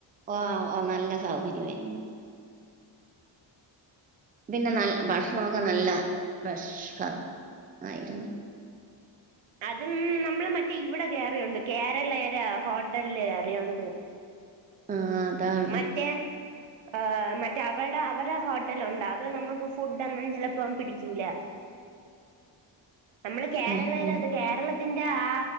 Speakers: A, on the right (about 20°); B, on the right (about 80°).
A: ഓഹ് ഓ നല്ല സൗകര്യവായിരുന്നു പിന്നെ ന ഭക്ഷണൊക്കെ നല്ല ഫ്രഷ് ആയിരുന്നു
B: അതു നമ്മള് മറ്റേ ഇവിടെ കേറിയോണ്ട് കേരളേര ഹോട്ടല്ല് കേറിയോണ്ട്
A: ആ അതാണ്
B: മറ്റേ ആഹ് മറ്റേ അവൾടെ അവരെ ഹോട്ടലുണ്ട് അത് നമ്മക്ക് ഫുഡൊന്നും ചെലപ്പം പിടിക്കൂല നമ്മള് കേരളേര
A: ഉം, ഉം.
B: ത് കേരള ത്തിന്റെ ആ..